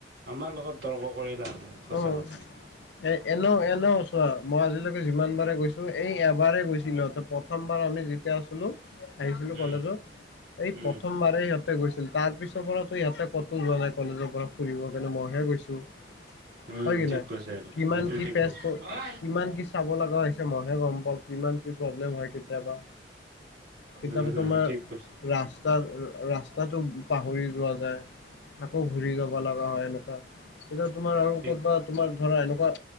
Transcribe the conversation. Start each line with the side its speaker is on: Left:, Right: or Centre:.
Right: আমাৰ লগত তৰ্ক কৰি লাভ নাই, সঁচা
Left: অঁ
Right: কথা।
Left: এ এনেও এনেও, চোৱা মই আজিলৈকে যিমান বাৰে গৈছোঁ, এই এবাৰেই গৈছিলোঁ, ত প্ৰথমবাৰ আমি তে আছিলোঁ, আহিছিলো কলেজত,
Right: উম
Left: এই
Right: উম
Left: প্ৰথম বাৰেই সিহঁতৰ গৈছিল, তাৰপিছৰ পৰাতো ইহঁতে কতো যোৱা নাই কলেজৰ পৰা ফুৰিব কাৰণে, মইহে গৈছোঁ।
Right: উম
Left: হয় কি
Right: ঠিক
Left: না?
Right: কৈছে এইটো
Left: কিমান
Right: সেইটো
Left: কি <unintelligible>
Right: ঠিক কৈছে
Left: কিমান কি চাব লগা হৈছে, মইহে গম পাওঁ, কিমান কি প্ৰব্লেম হয় কেতিয়াবা। কেতিয়াবা
Right: উম, হম,
Left: তোমাৰ
Right: ঠিক কৈছে
Left: ৰাস্তা, ৰাস্তাটো পাহৰি যোৱা যায়। আকৌ ঘূৰি যাব লগা হয় এনেকুৱা, তেতিয়া তোমাৰ আৰু
Right: ঠিক
Left: কতবা, তোমাৰ ধৰা এনেকুৱা